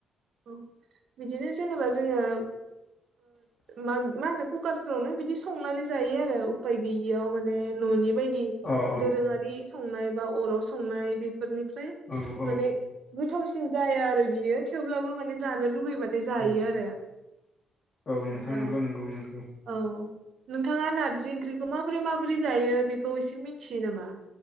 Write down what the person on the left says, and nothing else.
औ औ
औ औ
औ
औ
नोंथां नोंगौ नंगौ नोंगौ